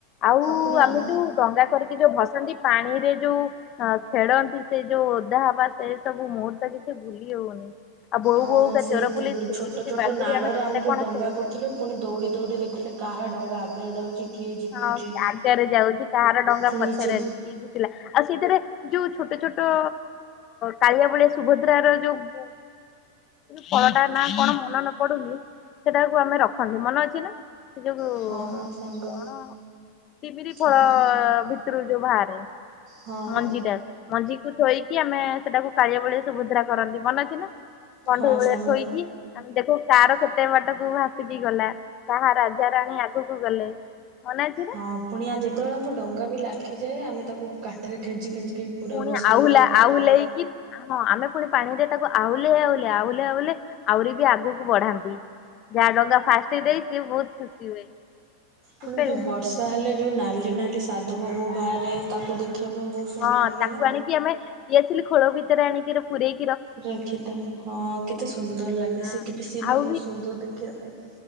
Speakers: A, on the left; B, on the right.
A: ଆଉ
B: ପୁଣି
A: ଆମେ
B: ଆମ
A: ଯୋଉ ଡଙ୍ଗା କରିକି ଯୋଉ ଭସାନ୍ତି ପାଣିରେ ଯୋଉ ହଁ ଖେଳନ୍ତି ସେ ଯୋଉ ଓଦା ହବା ସେ ସବୁ ମୁହୂର୍ତ୍ତ କିଛି ଭୁଲି ହଉନି। ଆଉ ବୋଉ
B: ହଁ
A: ବୋଉକା
B: ସେଇତେବେଳେ
A: ଚୋର ପୋଲିସ କିତି
B: ଛୋଟ
A: କିତି
B: ଛୋଟ
A: ବାଗୁଡି
B: ନାଳରେ
A: କେତେ
B: ଆମେ ଯୋଉ
A: କଣ
B: ଡଙ୍ଗା
A: ଖେଳିଛନ୍ତି।
B: କରୁଥିଲୁ ପୁଣି ଦୌଡ଼ି ଦୌଡ଼ି ଦେଖୁଥିଲେ କାହା ଡଙ୍ଗା ଆଗରେ ଯାଉଛି। କିଏ ଜିତୁଛି।
A: ହଁ ଆଗରେ ଯାଉଛି କାହାର ଡଙ୍ଗା
B: ପୁଣି
A: ପଛରେ
B: ଚେ
A: ଅଛି କି କି ଥିଲା ଆଉ ସେଇଥିରେ ଯୋଉ ଛୋଟ ଛୋଟ କାଳିଆ ବଳିଆ ସୁଭଦ୍ରାର ଯୋଉ ଫଳଟା ନା କଣ ମନେ ନ ପଡୁନି ସେଟାକୁ ଆମେ ରଖନ୍ତି ମନେ ଅଛି ନା? ସେଇ ଯୋଗୁଁ
B: ହଁ ହଁ ସାଙ୍ଗ
A: ହଁ ଡ଼ିମିରି ଫଳ
B: ଆପଣ
A: ଭିତରୁ ଯୋଉ ବାହାରେ
B: ହଁ ହଁ
A: ମଞ୍ଜିଟା। ମଞ୍ଜିକୁ ଥୋଇକି ଆମେ ସେଟାକୁ କାଳିଆ ବଳିଆ ସୁଭଦ୍ରା କରନ୍ତି ମନେ ଅଛି ନା? କଣ୍ଢେଇ
B: ହଁ
A: ଭଳିଆ
B: ସାଙ୍ଗ
A: ଥୋଇକି। ଆମେ ଦେଖୁ କାର କେତେ ବାଟକୁ ଭାସିକି ଗଲା କାହା ରାଜା ରାଣୀ ଆଗକୁ ଗଲେ। ମନେ ଅଛି ନା?
B: ହଁ ପୁଣି ଆ ଯେତେବେଳେ ଆମ ଡଙ୍ଗା ବି ଲାଖିଯାଏ ଆମେ ତାକୁ କାଠିରେ ଖେଞ୍ଚି ଖେଞ୍ଚିକି ପୁରା
A: ପୁଣି
B: ଭସଉ
A: ଆହୁଲା
B: କାରରେ
A: ଆହୁଲେଇକି
B: ଗଲେ
A: ହଁ ଆମେ ପୁଣି ପାଣିରେ ତାକୁ ଆଉଲେ ଆଉଲେ ଆଉଲେ ଆଉଲେ ଆହୁରି ବି ଆଗକୁ ବଢାନ୍ତି। ଯାହା ଡଙ୍ଗା ଫାଷ୍ଟ ଦେଇଛି ସିଏ ବହୁତ ଖୁସି ହୁଏ। ଠିକ
B: ଫୁଣି
A: କହିଲି
B: ଯୋଉ
A: ନା?
B: ବର୍ଷା ହେଲେ ଯୋଉ ନାଲି ନାଲି ସାଦବ ବୋଉ ବାହାରେ ତାକୁ ଦେଖିବା ପାଇଁ ବହୁତ ସୁନ୍ଦର
A: ହଁ
B: ଲାଗେ
A: ତାକୁ
B: ନା
A: ଆଣିକି ଆମେ ଦିଆସିଲି ଖୋଳ ଭିତରେ ଆଣିକିରି ପୁରେଇ
B: ରଖିଥାଉ ହଁ କେତେ ସୁନ୍ଦର ଲାଗେ
A: ହଁ
B: ସେ କେବେ ସିଏ
A: ଆଉ
B: ବି ବହୁତ ସୁନ୍ଦର ଦେଖିବା ପାଇଁ।